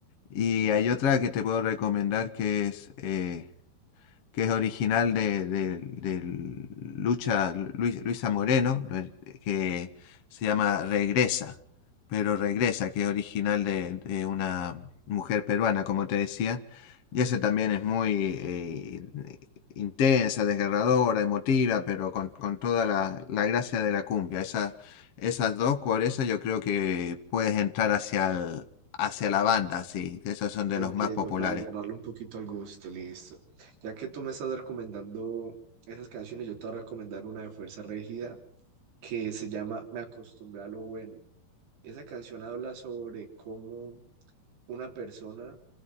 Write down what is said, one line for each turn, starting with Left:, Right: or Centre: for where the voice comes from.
Left: Y hay otra que te puedo recomendar que es eh, que es original de, de- del Lucha, Luis- Luisa Moreno, que se llama Regresa, pero Regresa, que es original de, de una mujer peruana, como te decía, y ese también es muy eh, intensa, desgarradora, emotiva, pero con, con toda la, la gracia de la cumbia. Esa- esas dos, por eso yo creo que puedes entrar hacia el- hacia la banda, sí, que esos son de
Right: Entiendo,
Left: los más populares.
Right: para agarrarle un poquito al gusto, listo. Ya que tú me estás recomendando esas canciones, yo te voy a recomendar una de Fuerza Regida que se llama Me acostumbré a lo bueno. Esa canción habla sobre cómo una persona,